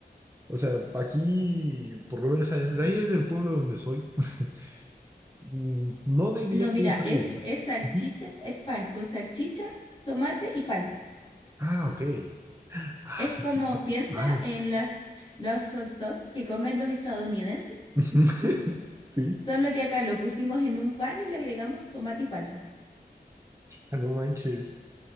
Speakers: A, on the right; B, on the left.
A: O sea, aquí, por lo menos, de ahí es del pueblo donde soy. <laughs> Mm, No diría
B: No, mira,
A: que haya estado
B: es,
A: de Uruguay.
B: es salchicha,
A: Ujú.
B: es pan con salchicha, tomate y palta.
A: Ah, ok. Ah,
B: Es
A: sí,
B: como
A: cierto.
B: piensa
A: Mal.
B: en las, los hot dogs que comen los estadounidenses,
A: <laughs> Sí.
B: solo que acá lo pusimos en un pan y le agregamos tomate y palta.
A: Ah, no manches.